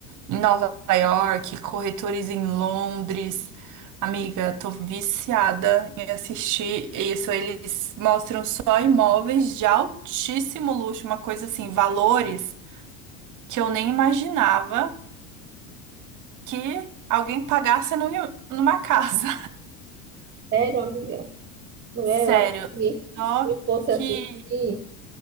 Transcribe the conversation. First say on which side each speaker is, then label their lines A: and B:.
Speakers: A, on the right; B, on the right.
A: em Nova York, corretores em Londres. Amiga, tô viciada em assistir isso. Eles mostram só imóveis de altíssimo luxo, uma coisa assim, valores que eu nem imaginava que alguém pagasse num- numa casa.
B: Sério, amiga?
A: <laughs>
B: Mulher,
A: Sério,
B: eu acho que
A: só
B: se eu fosse
A: que
B: assistir,